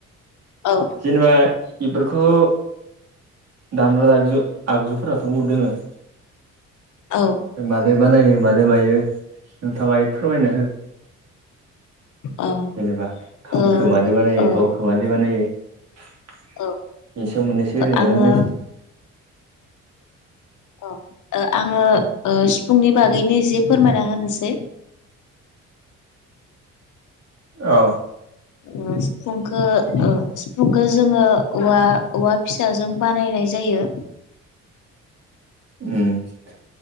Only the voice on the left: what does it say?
औ
औ
ओ
औ
औ
ओ
आङो
औ ओ आङो ओ सिफुंनि बागैनो एसे फोरमायना होनोसै।
उम सिफुंखो ओ सिफुंखो जोङो औवा औवा फिसाजों बानायनाय जायो।